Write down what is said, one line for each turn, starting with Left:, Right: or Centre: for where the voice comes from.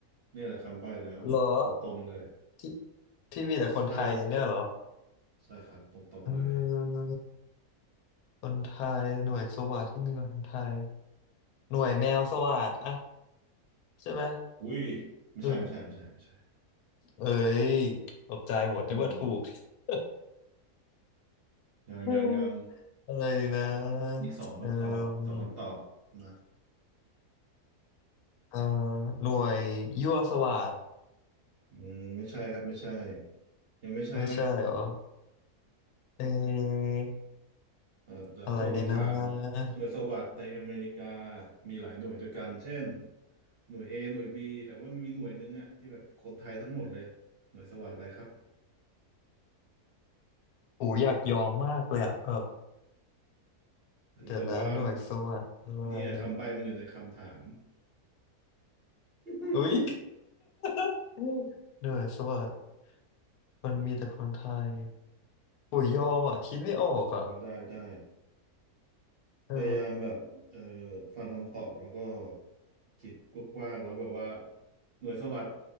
Right: เนี่ยแหละคำใบ้แล้วตรงๆเลย
Left: เหรอที่ที่มีแต่คนไทยเนี่ยเหรอ
Right: ใช่ใช่ครับตรงๆเลย
Left: เออคนไทยหน่วยสวัสดิ์ที่มีแต่คนไทยหน่วยแมวสวัสดิ์อะใช่ไหม
Right: อุ้ยไม่ใช่ไม่ใช่ไม่ใช่ไม่ใช่
Left: หน่วยเอ้ยตกใจหมดนึกว่าถูก
Right: อืม
Left: <laughs>
Right: ยังยังยัง
Left: อืมอะไรนะ
Right: อีกสองคำตอบสองคำตอบนะ
Left: เออเอ่อหน่วยยั่วสวัสด
Right: อืมไม่ใช่ครับไม่ใช่ยังไม่ใช่
Left: ไม่ใช่เหรอ เออ
Right: เอ่อเอ่อทวงคำถาม
Left: อะไรดีนะ
Right: หน่วยสวัสดในอเมริกามีหลายหน่วยด้วยกันเช่นหน่วย A หน่วย B แต่ว่ามีหน่วยหนึ่งอะที่แบบคนไทยทั้งหมดเลยหน่วยสวัสดอะไรครับ
Left: อูอยากยอมมากเลยอะแบบเดี๋ยวนะหน่วยสวัสดิ์ด้วย
Right: แต่ว่าเนี่ยคำใบ้มันอยู่ในคำถาม <laughs>
Left: อุ้ย <laughs> อืมเหน่อยสวัสดิมันมีแต่คนไทยโอ้ยยอมอะคิดไม่ออกอะ
Right: โอ้ได้ได้
Left: เออ
Right: พยายามแบบเอ่อฟังคำตอบแล้วก็คิดกว้างๆแล้วแบบว่าหน่วยสวัสด